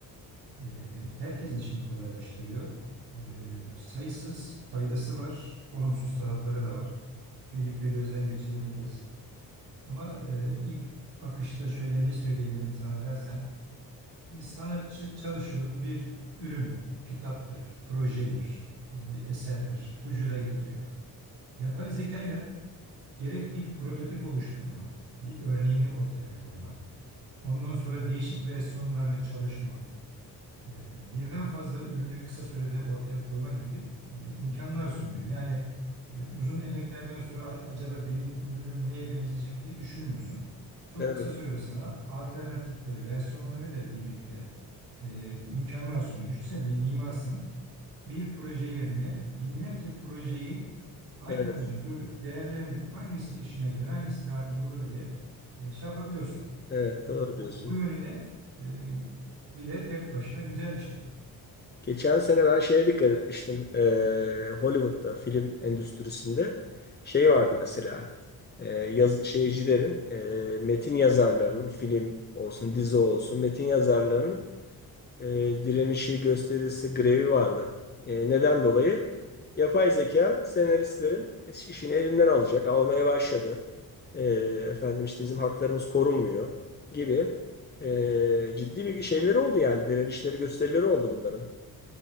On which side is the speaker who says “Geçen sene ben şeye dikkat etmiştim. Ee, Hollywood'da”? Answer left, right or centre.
Left